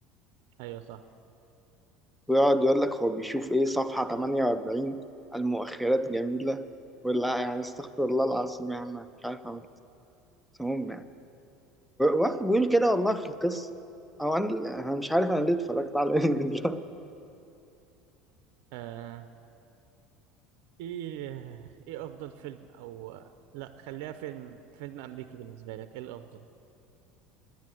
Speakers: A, on the right; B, in the centre.
A: ايوه صح
B: ويقعد يقول لك هو بيشوف ايه صفحة 48 المؤخرات جميلة ولا يعني استغفر الله العظيم يعني مش عارف اعمل إيه. المهم يعني. واحد بيقول كده والله في القصة أو أنا أنا مش عارف أنا ليه اتفرجت على <laughs> الفيلم ده
A: آه ايه ايه افضل فيلم او لا خليها فيلم فيلم امريكي بالنسبة لك ايه الافضل